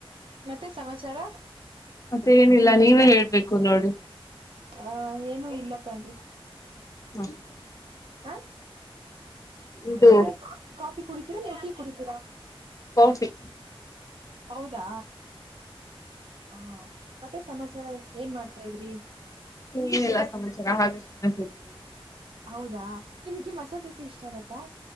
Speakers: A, on the right; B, on the left.
A: ಮತ್ತೆ ಸಮಾಚಾರ.
B: ಮತ್ತೆ ಏನಿಲ್ಲ ನೀವೇ ಹೇಳ್ಬೇಕು ನೋಡು.
A: ಹ ಏನು ಇಲ್ಲ ಕಣ್ರಿ.
B: <inaudible>
A: ಹ
B: ಇದು
A: ಮತ್ತೆ ಕಾಫಿ ಕುಡಿತೀರಾ ನೀವು ಟೀ ಕುಡಿತೀರಾ.
B: ಕಾಫಿ.
A: ಹೌದಾ. ಹಾ ಮತ್ತೆ ಸಮಾಚಾರ ಏನ್ ಮಾಡ್ತಾ ಇದ್ರಿ.
B: ಹ ಏನಿಲ್ಲ ಸಮಾಚಾರ ಹಾಗೆ ಸುಮ್ನೆ ಕೂತಿದೀನಿ.
A: ಹೌದಾ ನಿಮಗೆ ಮಸಾಲೆ ದೋಸೆ ಇಷ್ಟ ಆಗತ್ತಾ.